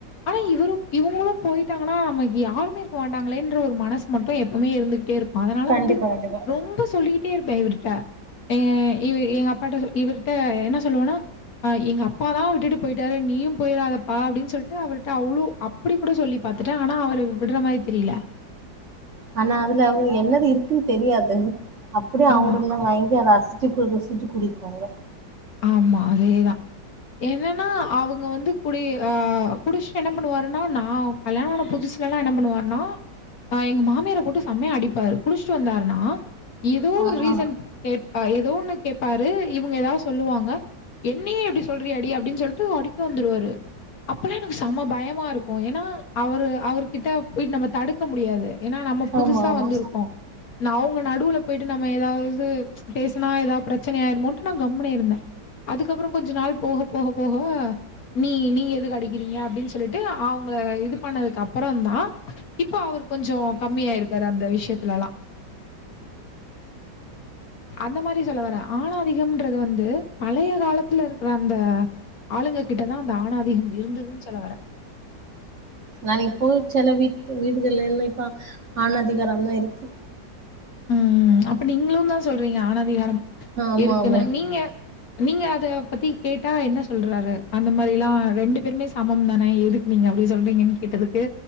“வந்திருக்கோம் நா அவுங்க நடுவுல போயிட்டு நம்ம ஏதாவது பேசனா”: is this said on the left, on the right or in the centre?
Left